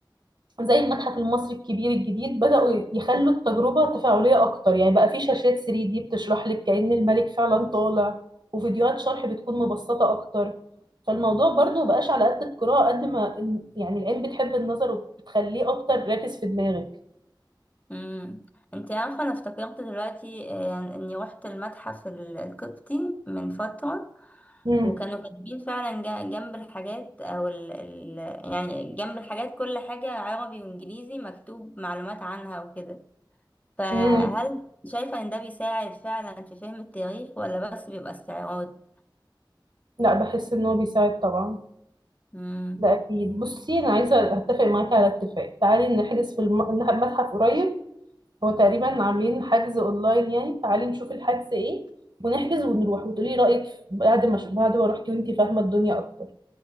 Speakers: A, on the right; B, on the left.
A: زي المتحف المصري الكبير الجديد بدأوا يخلوا التجربة تفاعلية أكتر يعني بقى في شاشات 3 دي بتشرح لك كأن الملك فعلا طالع وفيديوهات شرح بتكون مبسطة أكتر فالموضوع برضه مبقاش على قد القراءة قد ما ال- يعني العين بتحب النظر وبتخليه أكتر راكز في دماغك
B: امم انت عارفه انا افتكرت دلوقتي آه، يعني اني روحت المتحف ال- القبطي من فتره
A: مم.
B: وكانوا كاتبين فعلا جا- جنب الحاجات او ال ال يعني جنب الحاجات كل حاجه عربي وانجليزي مكتوب معلومات عنها وكده فهل
A: مم.
B: شايفه ان ده بيساعد فعلا في فهم التاريخ ولا بس بيبقى استعراض
A: لا بحس إن هو بيساعد طبعا
B: امم
A: ده أكيد بصي أنا عايزة أتفق معاكي على اتفاق تعالي نحجز في الم- المتحف قريب هو تقريبا عاملين حجز اونلاين يعني تعالي نشوف الحجز ايه ونحجز ونروح وتقولي رأيك بعد ما بعد ما روحتي وانتي فاهمة الدنيا اكتر